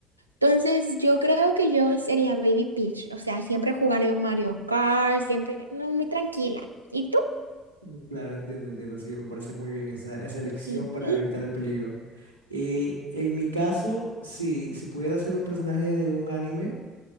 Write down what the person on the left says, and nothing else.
Mm, Claro, entiendo, entiendo. Sí, me parece muy bien esa, esa elección
para
evitar el peligro. Eh, en mi caso, sí, si pudiera ser un personaje de un anime.